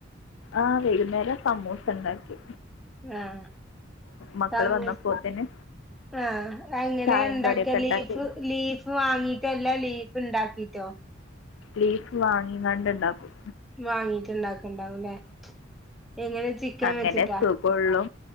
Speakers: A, on the left; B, in the centre.
A: ആഹ് വൈകുന്നേരം സമൂസ ണ്ടാക്കി
B: ആഹ്
A: മക്കൾ
B: സമൂസ
A: വന്നപ്പോത്തിന്
B: ആഹ് എങ്ങനെയാ
A: ചായയും
B: ണ്ടാക്കല്
A: കടിയൊക്കെ ഉണ്ടാക്കി
B: ലീഫ് ലീഫ് വാങ്ങീട്ടല്ല ലീഫ് ഇണ്ടാക്കി റ്റൊ
A: ലീഫ് വാങ്ങികാണ്ട് ണ്ടാക്കും
B: വാങ്ങീട്ട് ണ്ടാക്കുംണ്ടാവുംലേ എങ്ങനെ ചിക്കൻ
A: അങ്ങനെ
B: വെച്ചിട്ടാ
A: സുഖള്ളൂ